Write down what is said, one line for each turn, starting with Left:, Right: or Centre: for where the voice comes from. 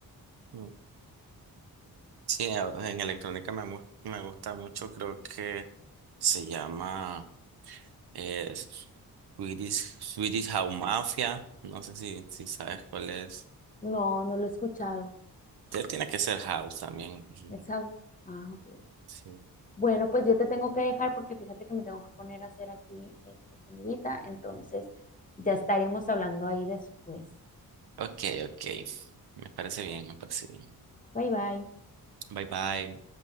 Right: Mm. Sí, a- en electrónica me, mu- me gusta mucho, creo que se llama eh, Swedish, Swedish House Mafia, no sé si, si sabes cuál es.
Left: No, no lo he escuchado.
Right: Ya tiene que ser House también. y-
Left: Es house. Ah, ok. ok.
Right: sí.
Left: Bueno, pues yo te tengo que dejar porque fíjate que me tengo que poner a hacer aquí este, comidita, entonces ya estaremos hablando ahí después.
Right: Ok, ok, me parece bien, me parece bien.
Left: Bye bye.
Right: Bye bye.